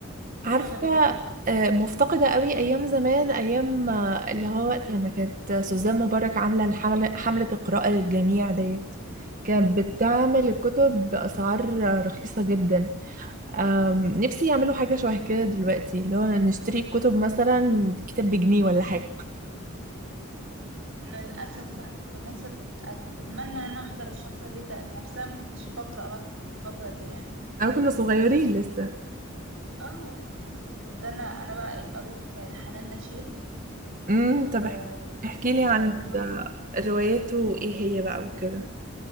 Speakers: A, on the right; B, on the right.
A: الموضوع
B: عارفه
A: غريب
B: آه، مفتقده قوي ايام زمان ايام آه، اللي هو وقت لما كانت سوزان مبارك عامله الحمله حمله القراءه للجميع ديت كانت بتعمل الكتب باسعار آه، رخيصه جدا آم، نفسي يعملوا حاجه شبه كده دلوقتي اللي هو نشتري الكتب مثلا كتاب بجنيه ولا
A: مم.
B: حاجه
A: انا للاسف بقى انا كنت نفسي كنت اتمنى ان انا احضر الفتره دي تا- نفسها ما كنتش بقرا بقى في الفتره دي يعني
B: انا كنا صغيرين لسه
A: اه كنت انا انا بقى ايه قريت لحنان لاشين
B: امم طب
A: وقريت
B: احكي لي عن
A: لها
B: ده، روايته ايه هي بقى وكده